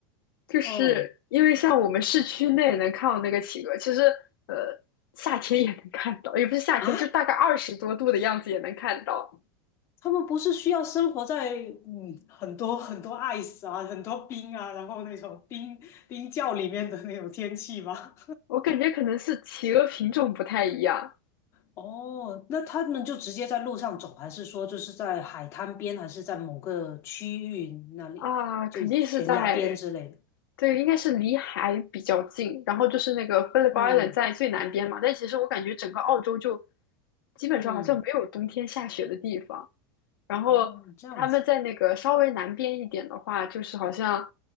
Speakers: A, on the left (about 85°); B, on the left (about 25°).
A: 就是因为像我们市区内能看到那个企鹅，
B: 嗯
A: 其实呃夏天也能看到，也不是夏天，
B: 啊，
A: 就大概二十多度的样子也能看到。
B: 他们不是需要生活在嗯很多很多 ice 啊，很多冰啊，然后那种冰冰窖里面的那种天气吗？
A: 我感觉可能是企鹅品种不太一样
B: 哦，那他们就直接在路上走，还是说就是在海滩边，还是在某个区域那里，
A: 啊，肯定是在，
B: 就悬崖边之类的？
A: 对，应该是离海比较近，然后就是那个 p h
B: 嗯
A: i l l 在最南边嘛，但其实我感觉整个澳洲就基本上好像没有冬天下雪的地方，
B: 嗯，
A: 然后他们在那个稍微南边一点的话，
B: 哦，这样子，
A: 就是好像